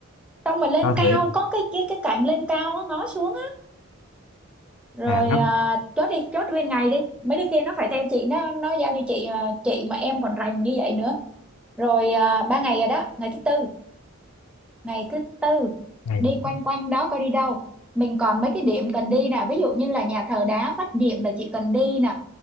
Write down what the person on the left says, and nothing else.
à,
thiệt
à nó
này